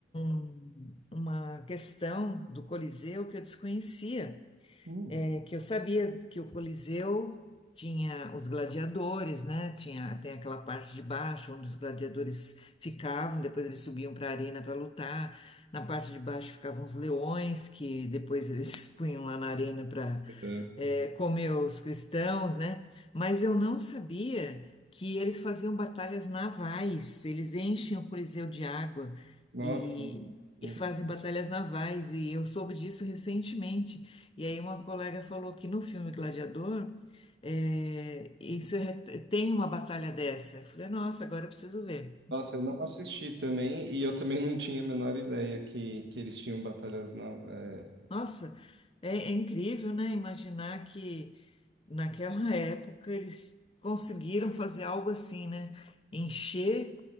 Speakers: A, on the left; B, on the right.
A: um- uma questão do Coliseu que eu desconhecia.
B: Hum.
A: É que eu sabia que o Coliseu tinha os gladiadores, né? Tinha, tem aquela parte de baixo onde os gladiadores ficavam, depois eles subiam para a arena para lutar. Na parte de baixo ficavam os leões, que depois eles <laughs> punham lá na arena
B: É.
A: é, comeu os cristãos, né? Mas eu não sabia que eles faziam batalhas navais, eles enchem o Coliseu de água
B: Nossa.
A: e,
B: Hum.
A: e fazem batalhas navais, e eu soube disso recentemente. E aí uma colega falou que no filme Gladiador, é, isso é- tem uma batalha dessa. Eu falei, nossa, agora eu preciso ver.
B: Nossa, eu não assisti também, e eu também não tinha a menor ideia que, que eles tinham batalhas na, é,
A: Nossa, é, é incrível, né? Imaginar que naquela <laughs> época eles conseguiram fazer algo assim, né? Encher,